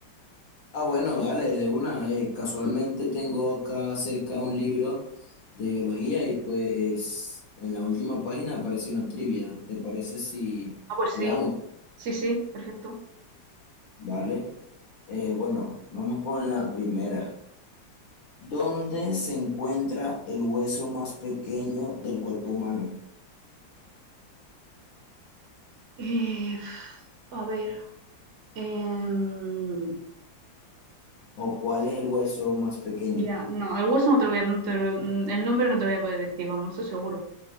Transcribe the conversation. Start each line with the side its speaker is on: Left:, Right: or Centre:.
Left: Ah, bueno, dale, de una. Eh, casualmente tengo acá cerca un libro de biología y pues en la última página aparece una trivia. ¿Te parece si
Right: Ah, pues
Left: leamos?
Right: sí, sí, sí, perfecto.
Left: Vale. Eh, bueno, vamos con la primera. ¿Dónde se encuentra el hueso más pequeño del cuerpo humano?
Right: Eh, a ver, em,
Left: ¿O cuál es el hueso más pequeño?
Right: ya, no, el hueso no te lo voy a, no te lo- el nombre no te lo voy a poder decir, vamos, eso seguro.